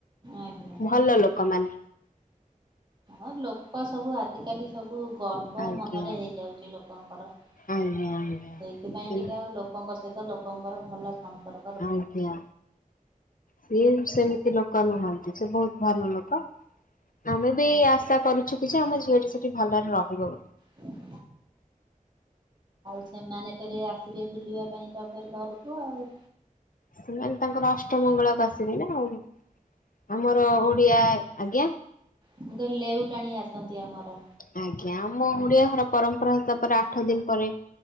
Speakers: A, on the right (about 35°); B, on the left (about 70°).
A: ଆଜ୍ଞା
B: ଭଲ ଲୋକମାନେ
A: ଆ ଲୋକ ସବୁ ଆ ଆଜି କାଲି ସବୁ ଗର୍ବ
B: ଆଜ୍ଞା
A: ମନରେ ହେଇଯାଉଛି ଲୋକଙ୍କର। ସେଇଥିପାଇଁ
B: ଆଜ୍ଞା ଆଜ୍ଞା।
A: ଟିକେ ଆଉ ଲୋକଙ୍କ ସହିତ ଲୋକଙ୍କର ଭଲ ସମ୍ପ
B: ଆଜ୍ଞା ସିଏ ସେମିତି ଲୋକ ନୁହନ୍ତି ସେ ବହୁତ ଭଲ ଲୋକ। ଆମେ ବି ଆଶା କରୁଛୁ କି ଯେ ଆମ ଝିଅଟି ସେଠି ଭଲରେ ରହିବ ବୋଲି।
A: <unintelligible> ସେମାନେ ଫେରେ ଆସିବେ ବୁଲିବା ପାଇଁ ତ ଫେରେ ଘରକୁ ଆଉ।
B: ସେମାନେ ତାଙ୍କର ଅଷ୍ଟମଙ୍ଗଳାକୁ ଆସିବେ ନା ଆଉ ଆମର ଓଡିଆ ଆଜ୍ଞା?
A: ମୁକହିଲି ଲେଉଟାଣି ଆସନ୍ତି ଆମର।
B: ଆଜ୍ଞା ଆମ ଓଡିଆ ଘର ପରମ୍ପରା ହିସାବରେ ଆଠ ଦିନ ପରେ